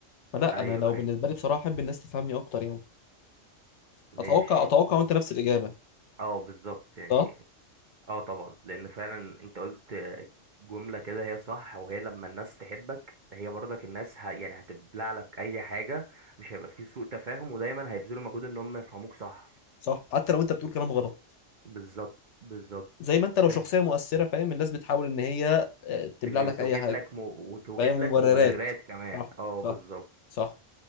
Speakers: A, on the left (about 70°); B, on the right (about 45°).
A: فلا
B: أيوه
A: أنا لو
B: أيوه
A: بالنسبة لي بصراحة أحب الناس تفهمني أكتر يعني
B: ماشي
A: اتوقع اتوقع وانت نفس الاجابه
B: اه بالظبط يعني
A: صح
B: اه طبعا لأن فعلا أنت قلت جملة كده هي صح وهي لما الناس تحبك هي برضك الناس ه... يعني هتبلع لك أي حاجة مش هيبقى في سوء تفاهم ودايما هيبذلوا مجهود إن هم يفهموك صح
A: صح حتى لو انت بتقول كلام غلط
B: بالظبط بالظبط
A: زي ما انت لو
B: طيب
A: شخصيه مؤثره فاهم الناس بتحاول ان هي آه، تبلع
B: ت-
A: لك
B: توجد
A: اي حاجه
B: لك م... وتوجد
A: فاهم
B: لك
A: مبررات
B: مبررات كمان
A: صح
B: اه بالظبط
A: صح صح